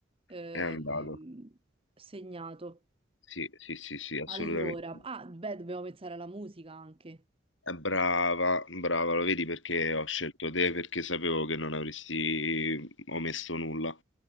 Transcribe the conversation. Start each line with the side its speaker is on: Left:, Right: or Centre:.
Right: ehm,
Left: è andato.
Right: segnato.
Left: Sì, sì, sì, sì, assolutamente.
Right: Allora, ah, beh, dobbiamo pensare alla musica anche.
Left: Eh, Brava, brava, lo vedi perché ho scelto te perché sapevo che non avresti mhmm, omesso nulla.